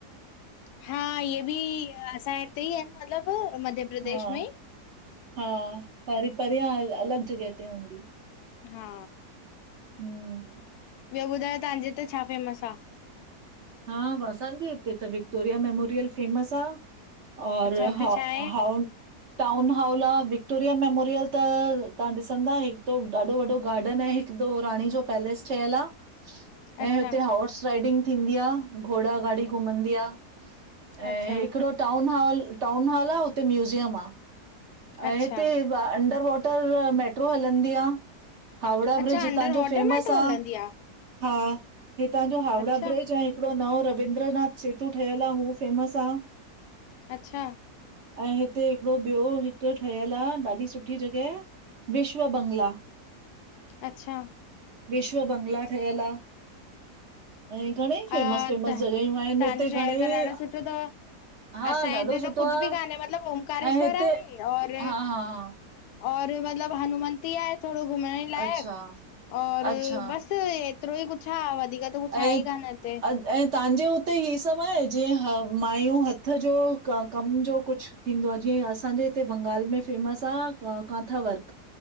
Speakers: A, on the left; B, on the right.
A: हा इहे बि असांजे हिते ई आहिन मतलब मध्य प्रदेश
B: हा
A: में
B: हा पर परियां अल अलॻ जॻह ते हूंदी।
A: हा।
B: हूं।
A: ॿयो ॿुधायो तहांजे हिते छा फेमस आ?
B: हा असांजे हिते त विक्टोरिया मेमोरियल फेमस आ। और
A: अच्छा हुते
B: हा
A: छा आहे
B: हाउ टाउन हॉल आ विक्टोरिया मेमोरियल त तहां ॾिसंदा हिक तो ॾाढो वॾो गार्डन आहे। हिक दो राणी जो पैलेस ठयल आ।
A: अच्छा
B: ऐं हुते होर्स राइडिंग थींदी आ घोड़ा ॻाॾी घुमंदी आ। ऐं
A: अच्छा
B: हिकड़ो टाउन हाल, टाउन हाल आ हुते म्यूज़ियम आ। ऐं
A: अच्छा
B: हिते अंडर वॉटर मेट्रो हलंदी आ। हावड़ा
A: अच्छा
B: ब्रिज
A: अंडर
B: तांजो
A: वॉटर
B: फेमस
A: मेट्रो
B: आ।
A: हलंदी
B: हा ही तांजो हावड़ा
A: अच्छा
B: ब्रिज ऐं हिकड़ो नओं रविन्द्रनाथ सेतु ठयल आ हू फेमस आ।
A: अच्छा।
B: ऐं हिते हिकड़ो ॿियो उत ठयल आ ॾाढी सुठी जॻह विश्व बंगला।
A: अच्छा।
B: विश्व बंगला ठयल आ। अईं घणेई फेमस
A: अ
B: फेमस
A: त तव्हांजो
B: जॻहियूं आहिन हिते घणेई
A: शहर त ॾाढो सुठो तव
B: हा
A: असांजे
B: ॾाढो
A: हिते
B: सुठो
A: त कुझु
B: आ
A: बि कान्हे मतिलबु ओमकारेश्वर
B: ऐं हिते
A: आहे और
B: हा हा हा
A: और मतलब हनुमंती आहे। थोड़ो घुमाएण जे लाइक़
B: अच्छा
A: और
B: अच्छा
A: बस एतरो ई कुछ आ वधीक त त कुछ आहे
B: ऐं
A: ई कान। हिते
B: अ- ऐं तहांजे हुते ही सभ आहे जीअं ह मायूं हथ जो कम जो कुछ? थींदो आ? जीअं असांजे हिते बंगाल में फेमस आ कांथा वर्क।